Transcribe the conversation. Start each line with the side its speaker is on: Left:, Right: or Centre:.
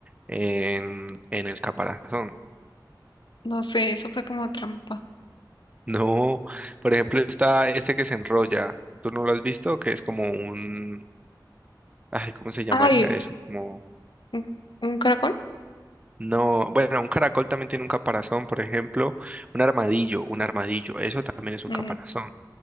Right: en, en el caparazón.
Left: No sé, eso fue como trampa.
Right: No, por ejemplo, está este que se enrolla, ¿tú no lo has visto? Que es como un, ay, ¿cómo se llamaría
Left: Ay,
Right: eso? Como
Left: ¿un, un caracol?
Right: No, bueno, un caracol también tiene un caparazón, por ejemplo, un armadillo, un armadillo, eso también es un
Left: Mm,
Right: caparazón,